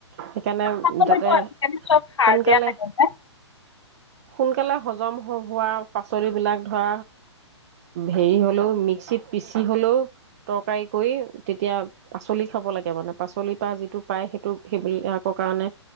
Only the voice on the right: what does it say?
সেইকাৰণে
যাতে
সোনকালে
সোনকালে হজম হোৱা পাচলিবলাক ধৰা হেৰি হলেও মিক্সিত পিচি হলেও তৰকাৰী কৰি তেতিয়া পাচলি খাব লাগে মানে পাচলিৰ পৰা যিটো পায় সেইটো সেইবিলাকৰ কাৰণে